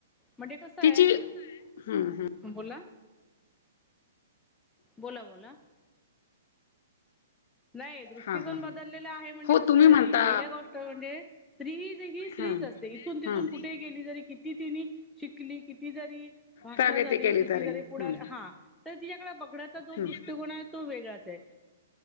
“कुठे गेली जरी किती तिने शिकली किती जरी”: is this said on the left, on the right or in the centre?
Centre